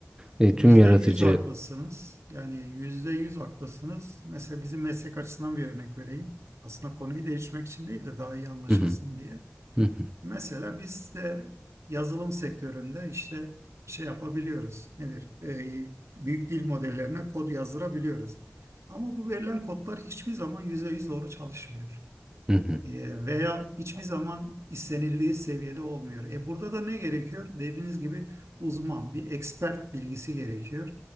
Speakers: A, on the right; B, on the right.
A: E,
B: Yüzde
A: tüm yaratıcı.
B: yüz haklısınız. Yani yüzde yüz haklısınız. Mesela bizim meslek açısından bir örnek vereyim. Aslında konuyu değişmek için değil de daha iyi anlaşılsın
A: Hı hı,
B: diye.
A: hı hı,
B: Mesela biz de yazılım sektöründe işte şey yapabiliyoruz. Nedir? Ee, büyük dil modellerine kod yazdırabiliyoruz. Ama bu verilen kodlar hiçbir zaman %100 doğru çalışmıyor.
A: hı hı,
B: Ee, veya hiçbir zaman istenildiği seviyede olmuyor. E burada da ne gerekiyor? Dediğiniz gibi uzman, bir expert bilgisi gerekiyor.